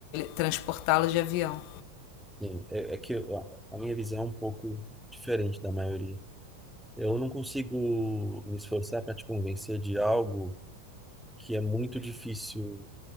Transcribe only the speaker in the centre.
Sim, é, é que eu- a a minha visão é um pouco diferente da maioria. Eu não consigo me esforçar para te convencer de algo que é muito difícil,